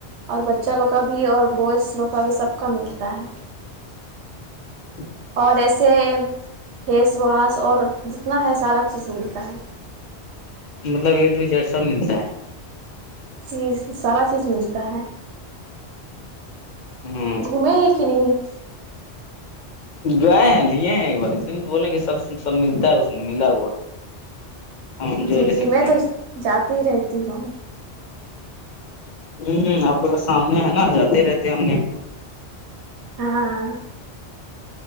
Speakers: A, on the right; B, on the left.
A: اور بچہ لوگ کا بھی اور بوائز لوگ کا بھی سب کا ملتا ہے-
B: <inaudible>
A: اور ایسے فیس واس اور جتنا ہے سارا چیز ملتا ہے
B: مطلب اے ٹو جیڈ سب ملتا ہے
A: چیز سارا چیز ملتا ہے-
B: ہے ہ
A: گھومے ہی کہ نہیں-
B: گئے ہیں لیے ہیں ایک بار اسے بولیں کہ سب سب ملتا ہے اس میں ملا ہوا- ہم جو
A: جی
B: لے
A: جی
B: سکتے
A: میں
B: ہیں
A: تو جاتی ہی رہتی ہوں
B: ہوں آپ کو سامنے ہے نا جاتے رہتے ہوں گے
A: ہاں